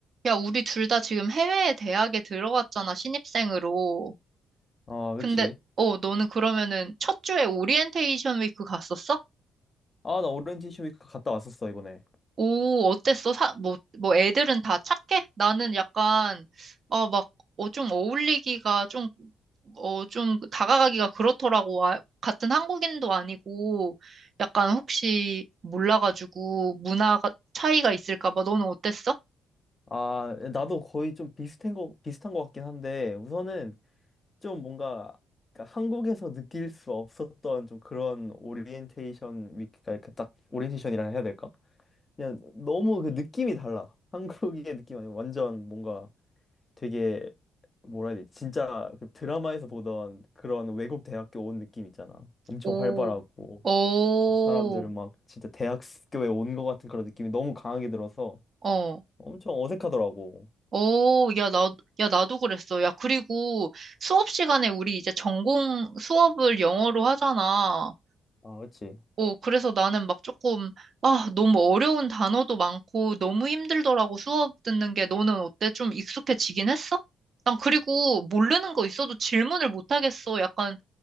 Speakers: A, on the right; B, on the left.
A: 야, 우리 둘 다 지금 해외 대학에 들어갔잖아, 신입생으로.
B: 아,
A: 근데,
B: 그치.
A: 어, 너는 그러면은 첫 주에 오리엔테이션 위크 갔었어?
B: 아, 나 오리엔테이션 위크 갔다 왔었어, 이번에.
A: 오, 어땠어? 사, 뭐, 뭐 애들은 다 착해? 나는 약간, 어, 막, 어, 좀 어울리기가 좀, 어, 좀 다가가기가 그렇더라고. 아, 같은 한국인도 아니고, 약간 혹시 몰라가지고 문화가 차이가 있을까 봐. 너는 어땠어?
B: 아, 나도 거의 좀 비슷한 거, 비슷한 거 같긴 한데, 우선은 좀 뭔가, 그러니까 한국에서 느낄 수 없었던 좀 그런 오리엔테이션 위크가, 이렇게 딱, 오리엔테이션이라 해야 될까? 그냥 너무 그 느낌이 달라. 한국의 느낌 아니고 완전 뭔가 되게, 뭐라 해야 되지? 진짜 그 드라마에서 보던 그런 외국 대학교 온 느낌 있잖아. 엄청
A: 오,
B: 활발하고.
A: 오,
B: 사람들 막 진짜 대학교에 온 것 같은 그런 느낌이 너무 강하게 들어서
A: 어.
B: 엄청 어색하더라고.
A: 오, 야, 나, 야, 나도 그랬어. 야, 그리고 수업 시간에 우리 이제 전공 수업을 영어로 하잖아.
B: 아, 그치.
A: 오, 그래서 나는 막 조금, 아, 너무 어려운 단어도 많고 너무 힘들더라고 수업 듣는 게. 너는 어때? 좀 익숙해지긴 했어? 난 그리고 모르는 거 있어도 질문을 못 하겠어. 약간